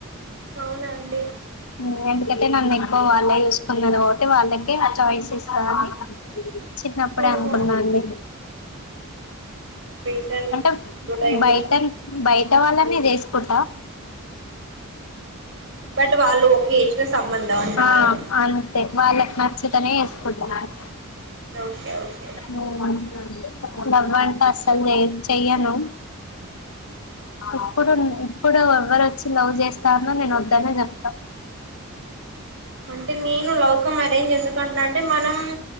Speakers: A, on the right (about 60°); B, on the left (about 80°).
A: అవునా అండి
B: మ్మ్ ఎందుకంటే నన్ను ఎక్కువ వాళ్ళే చూసుకున్నారు కాబట్టి వాళ్ళకే ఆ చాయిస్ ఇస్తా అని చిన్నప్పుడే
A: ఓహో
B: అనుకున్నా అండి
A: గ్రేట్ అండి
B: అంటే
A: గుడ్ ఐడియా
B: బైట బై బయట వాళ్లనే చేసుకుంటా
A: బట్ వాళ్ళు ఓకే చేసిన సంబంధం అంటున్నారు
B: ఆ అంతే వాళ్ళకి నచ్చితనే చేస్ కుంటున్నారు
A: ఓకే ఓకే
B: మ్మ్ లవ్ అంటే అసల్ చేయను చెయ్యను ఇప్పుడున్ ఇప్పుడు ఎవరు వచ్చి లవ్ చేస్తా అన్నా నేను వద్దనే చెప్తా
A: అంటే నేను లవ్ కమ్ అరేంజ్ అని ఎందుకంటున్నా అంటే మనం